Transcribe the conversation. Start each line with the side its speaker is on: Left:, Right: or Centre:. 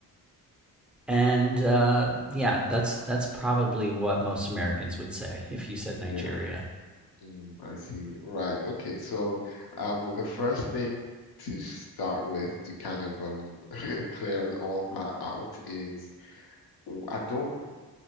Centre: And uh, yeah, that's that's probably what most Americans would say if you said
Left: Yeah,
Centre: Nigeria.
Left: mm, I see. Right. Okay. So, um, the first thing to start with to kind of um <laughs> clear all that out is I don't,